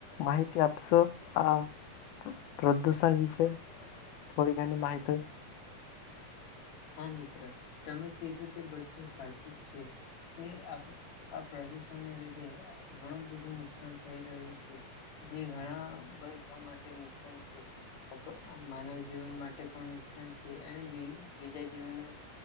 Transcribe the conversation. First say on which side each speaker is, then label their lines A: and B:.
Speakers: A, on the left; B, on the left.
A: માહિતી આપશો આ પ્રદૂષણ વિશે થોડી ઘણી માહિતી
B: હા મિત્ર તમે કીધું તે બધું સાચું જ છે કે આ આ પ્રદુષણને લીધે ઘણું બધું નુકસાન થઈ રહ્યું છે જે ઘણા બધા માટે નુકસાન છે આ માનવ જીવન માટે પણ નુકસાન છે અને બી બીજા જીવોનો